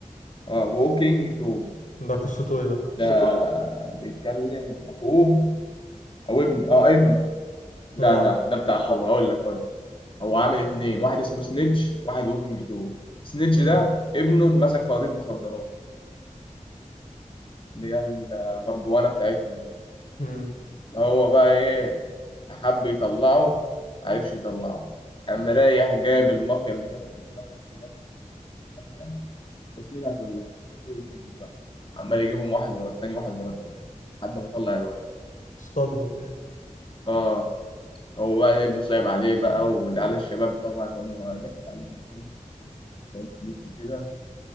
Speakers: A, on the left; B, on the left.
A: اه ووكينج تول
B: ده قصته ايه ده
A: ده بيتكلم اخوه او ابنه اه ابنه لا
B: اه
A: لا ده بتاع اخوه هقول لك هقول لك هو عامل اتنين واحد اسمه سنيتش واحد ووكينج تول سنيتش
B: امم
A: ده ابنه اتمسك في قضية مخدرات اللي هي المرجوانة بتاعتهم دي
B: امم
A: فهو بقى ايه حب يطلعه معرفش يطلعه قام رايح جايب المافيا اللي كانت بتدرب الواد المخدرات والكلام ده تشميلها كلها طول الفيلم بقى عمال يجيبهم واحد ورا التاني واحد ورا التاني لحد ما طلع الواد
B: اصطادهم يعني
A: اه هو بقى ابنه صعب عليه بقى والعيال الشباب طبعا هم ضحكوا عليه في الفيلم كان فلوس وكده